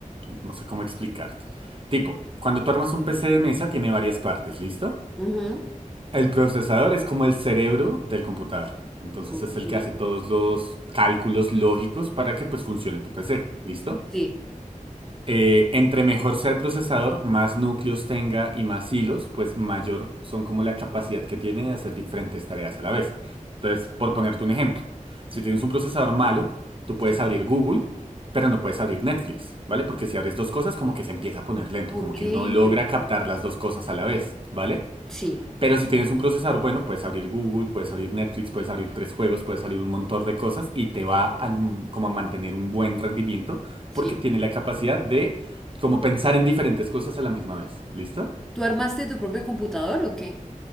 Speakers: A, on the right; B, in the centre.
A: no sé cómo explicarte. Tipo, cuando tú armas un PC de mesa tiene varias partes, ¿listo?
B: Ujú.
A: El procesador es como el cerebro del computador. Entonces
B: Ok.
A: es el que hace todos los cálculos lógicos para que pues funcione tu PC, ¿listo?
B: Sí,
A: Eh, entre mejor sea el procesador, más núcleos tenga y más hilos, pues mayor son como la capacidad que tiene de hacer diferentes tareas a la vez. Entonces, por ponerte un ejemplo, si tienes un procesador malo, tú puedes
B: sí.
A: abrir Google, pero no puedes abrir Netflix, ¿vale? Porque si abres dos cosas, como que se empieza a poner lento, como
B: Ok,
A: que no logra
B: ok.
A: captar las dos cosas a la vez, ¿vale?
B: Sí,
A: Pero si tienes un procesador bueno, puedes abrir Google, puedes abrir Netflix, puedes abrir tres juegos, puedes abrir un montón de cosas y te va a, como a mantener un buen rendimiento
B: sí.
A: porque tiene la capacidad de como pensar en diferentes cosas a la misma vez. ¿Listo?
B: ¿Tú armaste tu propio computador o qué?